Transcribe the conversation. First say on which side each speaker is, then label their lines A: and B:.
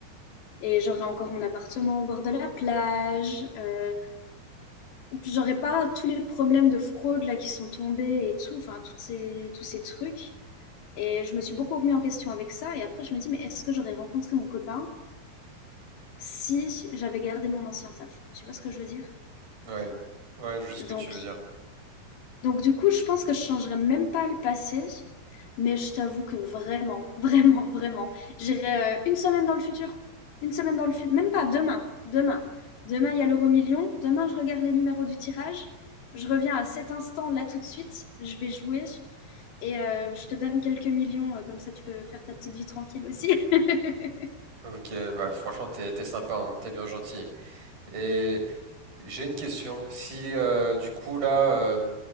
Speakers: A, on the left; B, on the right.
A: et j'aurais encore mon appartement au bord de la plage. euh, j'aurais pas tous les problèmes de fraude là qui sont tombés et tout, enfin, toutes ces, tous ces trucs. Et je me suis beaucoup remis en question avec ça. Et après, je me dis, mais est-ce que j'aurais rencontré mon copain si j'avais gardé mon ancien taf? Tu vois ce que je veux dire?
B: Ouais, ouais, je vois ce
A: Donc,
B: que tu veux dire.
A: donc du coup, je pense que je changerais même pas le passé. Mais je t'avoue que vraiment, <laughs> vraiment, vraiment, j'irai euh, une semaine dans le futur. Une semaine dans le futur. Même pas demain. Demain. Demain, il y a l'euro million. Demain, je regarde les numéros du tirage. Je reviens à cet instant, là, tout de suite. Je vais jouer. Et euh, je te donne quelques millions. euh, comme ça, tu peux faire ta petite vie tranquille aussi. <laughs>
B: Ok, ouais, franchement, t'es t'es sympa, hein, t'es bien gentil. Et j'ai une question. Si euh, du coup là, euh,